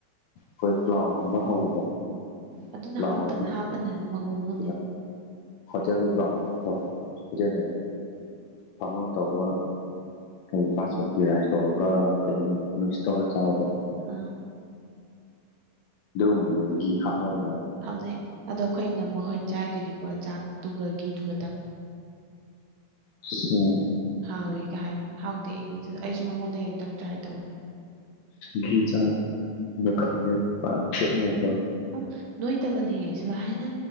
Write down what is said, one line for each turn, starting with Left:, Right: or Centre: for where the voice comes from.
Left: ꯈꯣꯏ ꯄ꯭ꯂꯥꯎꯒꯨꯝꯕ ꯍꯧꯕꯗꯣ
Right: ꯑꯗꯨꯅ
Left: ꯄ꯭ꯂꯥꯎ
Right: ꯍꯥꯞꯄꯅ
Left: ꯍꯥꯏꯗꯤ
Right: ꯍꯥꯞꯄꯅꯅꯤ ꯃꯑꯣꯡ
Left: <unintelligible>
Right: ꯑꯃꯥ
Left: ꯍꯣꯇꯦꯜꯒꯤ ꯄꯂꯥ꯭ꯎ ꯍꯣꯇꯦꯜ ꯍꯥꯏꯌꯦ ꯕꯥꯃꯣꯟꯅꯥ ꯇꯧꯕ ꯍꯥꯏꯗꯤ ꯕꯥꯁꯃꯇꯤ ꯔꯥꯏ꯭ꯁ ꯇꯧꯔꯒ ꯀꯩꯅꯣ ꯃꯤꯛꯁ ꯇꯧꯔꯒ ꯆꯥꯕꯗꯣ
Right: ꯑꯥ
Left: ꯑꯗꯨꯒꯨꯝꯕꯗꯨꯗ ꯘꯤ ꯍꯥꯠꯅꯕ
Right: ꯐꯝꯅꯩ ꯑꯗꯣ ꯑꯈꯣꯏ ꯏꯅꯝꯃ ꯈꯣꯏ ꯆꯥꯏꯗꯨꯗꯤꯀꯣ ꯆꯥꯛꯇꯨꯒ ꯘꯤꯗꯨꯒꯇꯪ
Left: <unintelligible>
Right: ꯍꯥꯎꯋꯦꯒ ꯍꯥꯏ ꯍꯥꯎꯇꯦ ꯑꯩꯗꯤ ꯗꯨꯗꯣ ꯑꯩꯁꯨ ꯃꯉꯣꯟꯗꯩ ꯑꯝꯇꯪ ꯇꯔꯥꯏ
Left: ꯘꯤ ꯆꯥ ꯂꯧꯈꯠꯂꯤꯁꯦ ꯄꯨꯔꯥ ꯐꯦꯠꯅꯦ ꯍꯥꯏꯀꯣ
Right: ꯎꯝ ꯅꯣꯏꯗꯕꯅꯦ ꯁꯨꯝꯍꯥꯏꯅ